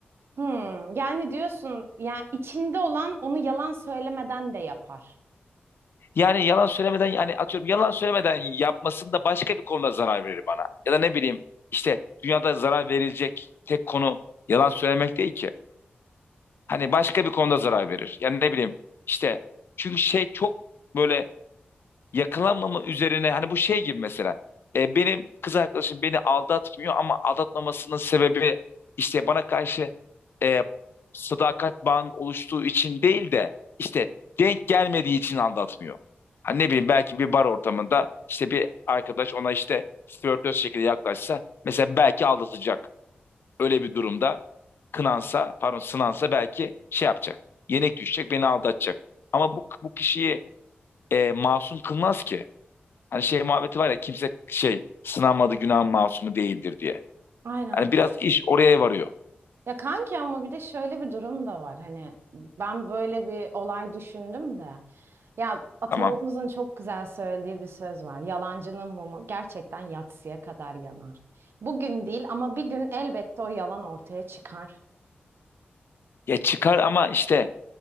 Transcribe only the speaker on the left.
Yani yalan söylemeden yani atıyorum yalan söylemeden yapmasın da başka bir konuda zarar verir bana. Ya da ne bileyim işte dünyada zarar verilecek tek konu yalan söylemek değil ki. Hani başka bir konuda zarar verir. Yani ne bileyim işte çünkü şey çok böyle yakalanmama üzerine hani bu şey gibi mesela e, benim kız arkadaşım beni aldatmıyor ama aldatmamasının sebebi işte bana karşı e, sadakat bağının oluştuğu için değil de işte denk gelmediği için aldatmıyor. Hani ne bileyim belki bir bar ortamında işte bir arkadaş ona işte flörtöz şekilde yaklaşsa mesela belki aldatacak. Öyle bir durumda kınansa pardon sınansa belki şey yapacak. Yenik düşecek beni aldatacak. Ama bu, bu kişiyi e, masum kılmaz ki. Hani şey muhabbeti var ya kimse şey sınanmadı günah masumu değildir diye.
Hani
biraz iş oraya varıyor.
Tamam.
Ya çıkar ama işte